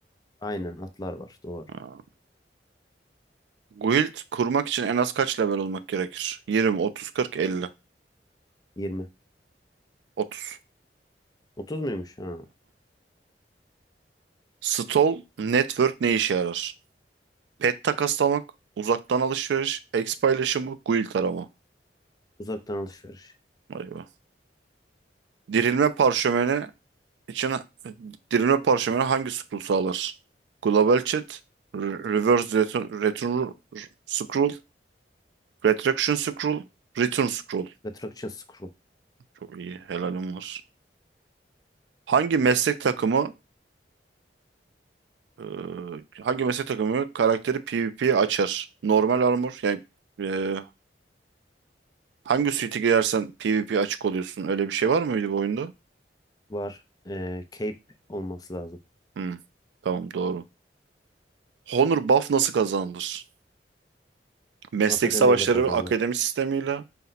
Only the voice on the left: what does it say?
Aynen atlar var doğru.
yirmi
otuz muymuş? Ha.
Uzaktan alışveriş.
Retraction screw
var. Eee, cape olması lazım.
Akademiyle
kazanılır.